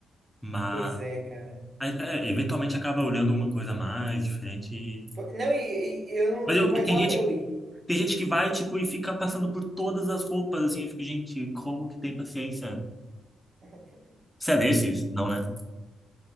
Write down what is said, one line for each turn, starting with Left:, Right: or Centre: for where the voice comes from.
Centre: Mas
Right: Pois é, cara.
Centre: aí, é, eventualmente acaba olhando alguma coisa mais diferente. e-
Right: Po- Não, e, e e eu não,
Centre: Mas
Right: não
Centre: eu,
Right: vai
Centre: tem
Right: dar
Centre: gente,
Right: pra eu ir.
Centre: tem gente que vai, tipo, e fica passando por todas as roupas, assim, eu fico, gente, como que tem paciência?
Right: <laughs>
Centre: Você é desses? Não, né?